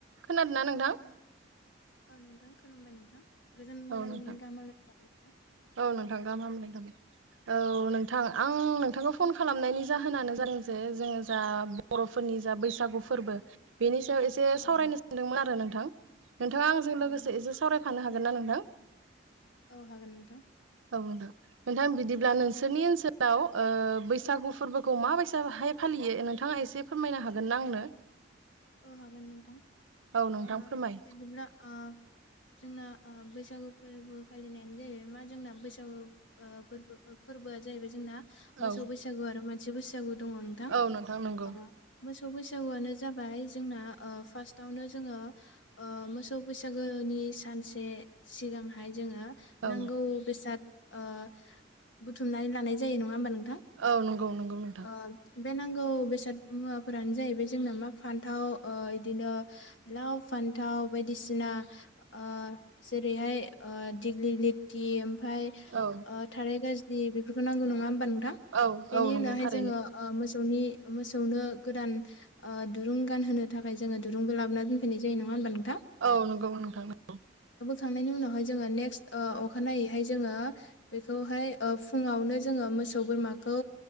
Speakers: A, on the right (about 85°); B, on the left (about 70°).
A: खोनादों
B: हेलौ
A: ना नोंथां?
B: औ नोंथां खुलुमबाय नोंथां। गोजोन
A: औ
B: मोनाबिलिनि
A: नोंथां
B: गाहाम हामलायनाय थाबाय नोंथां।
A: औ नोंथां गाहाम हामलायनाय औ नोंथां आं नोंथांखौ फन खालामनायनि जाहोनानो जादों जे जोङो जा बर'फोरनि जा बैसागु फोरबो बेनि सायाव एसे
B: औ
A: सावरायनो
B: नोंथां
A: सानदोंमोन आरो नोंथां। नोंथाङा आंजों लोगोसे
B: औ नोंथां
A: एसे सावरायफानो हाग गोनना नों थां
B: औ हागोन नोंथां
A: औ नोंथां, नोंथां बिदिब्ला नोंसोरनि ओनसोलाव ओ बैसागु फोरबोखौ माबायसाहाय फालियो नोंथाङा एसे फोरमायनो हागोन ना आंनो?
B: औ हागोन नोंथां,
A: औ नोंथां
B: ओ
A: फोरमाय
B: बिदिब्ला ओ जोंना ओ बैसागु फोरबो फालिनायानो जाहैबाय मा जोंना बैसागु ओ फोरबो ओ फोरबो जाहैबाय जोंना मोसौ
A: औ
B: बैसागु आरो मा नसि बैसागु दङ नोंथां,
A: औ नोंथां नंगौ
B: अ मोसौ बैसागुआनो जाबाय जोंना ओ फासतावनो जोङो ओ मोसौ बैसागोनि सानसे सिगांहाय जोङो
A: औ
B: नांगौ बेसाद ओ बुथुमनानै लानाय जायो नङा होमबा नोंथां?
A: औ नंगौ नंगौ नोंथां
B: अ बे नांगौ बेसाद मुवाफोरानो जाहैबाय जोंना मा फान्थाव ओ इदिनो लाव फान्थाव बायदिसिना ओ जेरैहाय ओ दिग्लि लिटिम फाय
A: औ
B: ओ थारैनो दे बेफोरखौ नांगौ नङा होमबा नोंथां?
A: औ-औ
B: बेनि
A: नंगौ
B: उनावहाय
A: थार
B: जोङो ओ मोस सौनि मोसौनो गोदान ओ दुरुं गानहोनो थाखाय जोङो दुरुंबो लाबोना दोनफैनाय जायो नङा होनबा नों
A: औ नंगौमोन नोंथां औ
B: थांनायनि उनावहाय जोङो नेक्स्ट ओ अखानायैहाय जोङो बेखौहाय ओ फुङावनो जोङो मोसौ बोरमाखौ।